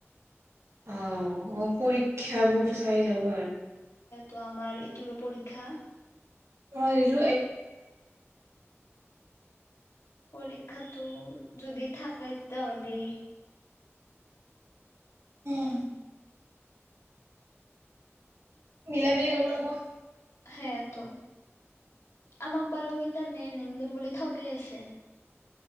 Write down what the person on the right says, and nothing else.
অ অ পৰীক্ষ বোৰ খাই যাব আৰু
অ গ
উম মিলাই মিলি কৰিব লাগিব